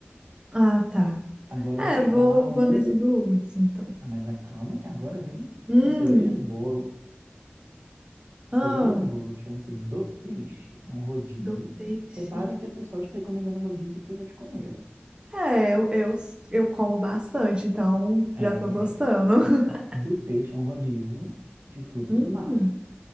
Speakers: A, on the right; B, on the right.
A: Ah, tá.
B: Agora
A: É,
B: eu vou te
A: eu
B: falar
A: vou, vou
B: o.
A: nesse Blue Woods, então.
B: Ah, mas acalma que agora vem
A: Hum,
B: a cereja do bolo. Cereja
A: ah,
B: do bolo chama-se Do Peixe. É um rodízio.
A: do peixe.
B: Repare que eu tô só te recomendando rodízio porque eu já te conheço.
A: É, eu, eu, eu como bastante, então
B: É...
A: já tô gostando. <laughs>
B: Do Peixe é um rodízio de frutos
A: Hum,
B: do mar.